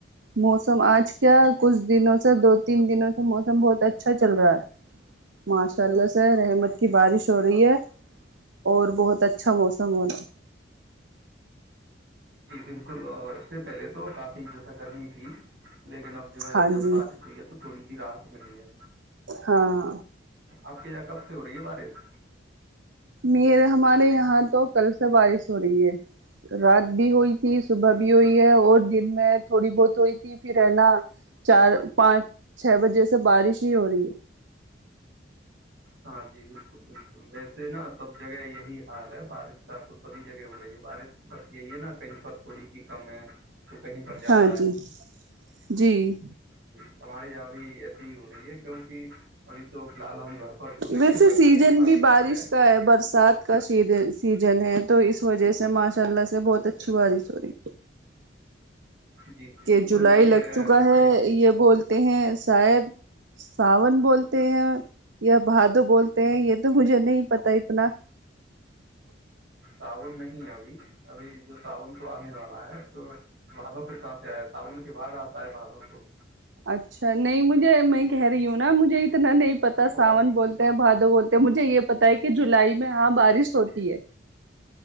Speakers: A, on the right (about 90°); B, on the right (about 75°).
A: موسم آج کیا کچھ دنوں سے دو تین دنوں سے موسم بہت اچھا چل رہا ہے ماشاء اللہ سے رحمت
B: جی
A: کی بارش
B: جی
A: ہو رہی ہے اور بہت اچھا موسم ہونا
B: جی بالکل اور اس سے پہلے تو کافی جو ہے گرمی تھی لیکن اب جو ہے
A: ہاں
B: جب
A: جی
B: بارش ہوئی ہے تو تھوڑی سی رات ملی ہے
A: ہاں
B: آپ کے یہاں کب سے ہو رہی ہے بارش
A: م ہمارے یہاں تو کل سا بارش ہو رہی ہے رات بھی ہوئی ت صبح
B: اچھا
A: بھی ہوئی ہے اور دن میں تھوڑی بہت ہوئی تھی پھر ہے نا چار پانچ چھ بجے سے بارش ہی ہو رہی ہے
B: ہاں جی بالکل بالکل ویسے نا سب جگہ یہی حال ہے بارش کا تو سبھی جگہ ہو رہی ہے بارش بس یہی ہے نا کہیں پر تھوڑی سی کم ہے تو کہیں پر زیادہ
A: ہاں
B: ہے
A: جی جی
B: جی ہمارے یہاں بھی ایسی ھی ہو رہی ہے کیونکہ ابھی تو فی الحال ہم گھر پر تو نہیں
A: ویسے
B: ہے گھر
A: سیزن
B: سے تو کافی
A: بھی بارش
B: دور
A: کا ہے برسات کا سی سیزن ہے تو اس وجہ سے ماشاء اللہ سے بہت اچھی بارش ہو رہی
B: جی جی
A: کہ
B: بالکل
A: جولائی
B: دیکھیے
A: لگ چکا
B: جیسے
A: ہے یہ بولتے ہیں شاید ساون بولتے ہیں یا بھادو بولتے ہیں یہ تو مجھے نہیں پتا اتنا
B: ساون نہیں ابھی ابھی جو ساون کو آنے والا ہے تو بادوں پھر کہاں سے آئے صابن کے بعد آتا ہے بھادوں تو
A: اچھا نہیں مجھے میں کہہ رہی ہوں نا مجھے اتنا نہیں پتا
B: وہ
A: ساون
B: اچھا
A: بولتے ہیں بھادو بولتے ہیں مجھے یہ پتا ہے کہ جولائی میں ہاں بارش ہوتی ہے